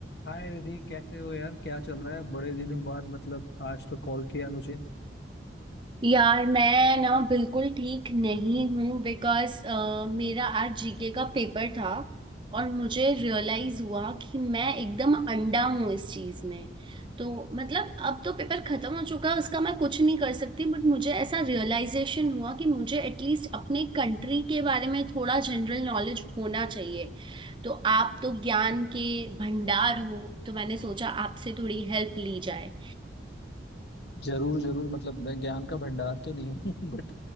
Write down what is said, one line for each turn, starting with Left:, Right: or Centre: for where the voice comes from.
Left: हाय रिधि कैसे हो यार क्या चल रहा है बड़े दिनों बाद मतलब आज तो कॉल किया मुझे
Right: यार मैं ना बिल्कुल ठीक नहीं हूँ बिकॉज मेरा आज जीके का पेपर था और मुझे रियलाइज हुआ कि मैं एकदम अंडा हूँ इस चीज में तो मतलब अब तो पेपर खत्म हो चुका है उसका मैं कुछ नहीं कर सकती बट मुझे ऐसा रियलाइजेशन हुआ कि मुझे एटलीस्ट अपने कंट्री के बारे में थोड़ा जनरल नॉलेज होना चाहिए तो आप तो ज्ञान के भंडार हो तो मैंने सोचा आपसे थोड़ी हेल्प ली जाए
Left: जरूर जरूर मतलब मैं ज्ञान का भंडार तो नहीं हूँ <laughs> बट